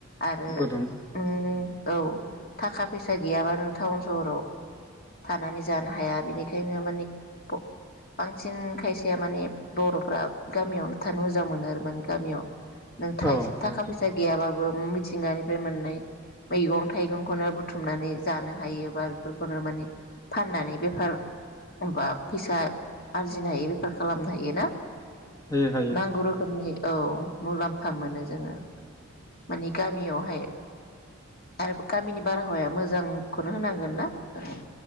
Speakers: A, on the left; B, on the left.
A: आरो
B: गुदुं
A: उम औ थाखा फैसा गैयाबा नों टाउन सहराव थानानै जानो हाया बेनिखायनो माने <unintelligible> बांसिन खायसेया माने बर'फ्रा गामियावनो थानो मोजां मोनो आरो माने गामियाव नों थाइसे
B: औ
A: थाखा
B: औ
A: फैसा गैयाबाबो ओम मिथिंगानिफ्राय मोननाय मैगं थाइगंखौनो बुथुमनानै जानो हायो बा बेफोरखौनो माने फाननानै बेफार बा फैसा आरजिनो हायो बेफार खालामनो हायो ना?
B: हायो हायो
A: नांगौ रोखोमनि औ मुलाम्फा मोनो जोङो माने गामियावहाय आरो गामिनि बारहावाया मोजांखौनो होनांगोन ना उम